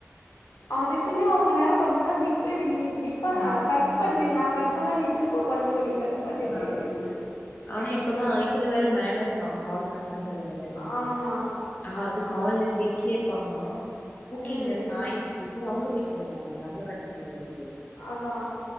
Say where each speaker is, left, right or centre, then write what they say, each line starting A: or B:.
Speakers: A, on the left (about 85°); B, on the left (about 35°).
A: அதுக்குன்னு அவுங்க நேர கொஞ்ச நேரோ நிப்பேவி நி நிப்பாங்க
B: ஆ
A: கட் பண்ணு
B: ஆ
A: நா கட் பண்ணா நீ திருப்ப பண்ணுவடி கட் பண்ணுடி
B: ஆ
A: அப்டின்
B: ஆனா இப்பல்லா இதுல வேற மேனஸ்ஸா கால் கட் பண்றதுல வேற
A: ஆமா
B: ஆ அது காலு பேசிட்டே இருப்பாங்கலா ஓக்கேங்க
A: ம்
B: பாயின் சொல்லி ட்டு அவுங்க வெயிட் பண்ணுவாங்களா நம்ப கட் பண்ணுவோன்ட்டு
A: அதா